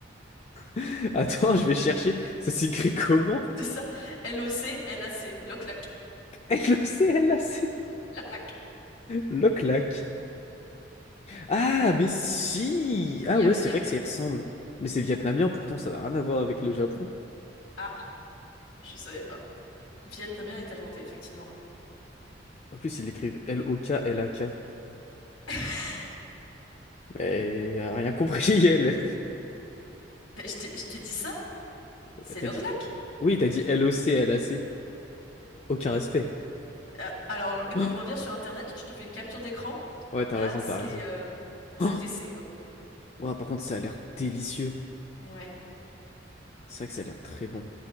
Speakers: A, on the left; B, on the left.
A: <laughs> Attends, je vais chercher. Ça s'écrit comment?
B: C'est ça. L-O-C-L-A-C. L'oclac.
A: L-O-C-L-A-C.
B: L'oclac.
A: Loclac. Ah,
B: Mm.
A: mais si!
B: Miam
A: Ah ouais, c'est
B: miam.
A: vrai que ça y ressemble. Mais c'est vietnamien, pourtant, ça n'a rien à voir avec le Japon.
B: Ah, je savais pas. Vietnamien et thaïlandais, effectivement.
A: En plus, ils l'écrivent L-O-K-L-A-K.
B: <laughs>
A: Mais elle a rien compris, elle.
B: Ben, je t'ai je t'ai dit ça?
A: <laughs>
B: C'est
A: T'as
B: l'oclac?
A: dit... Oui, t'as dit L-O-C-L-A-C. Aucun respect.
B: Euh, alors, écoute-moi
A: <gasps>
B: bien sur Internet, je te fais une capture d'écran.
A: Ouais, t'as
B: Là,
A: raison,
B: c'est
A: t'as raison.
B: euh, c'est
A: Oh!
B: DC, hein.
A: Ouah, par contre, ça a l'air délicieux.
B: Ouais.
A: C'est vrai que ça a l'air très bon.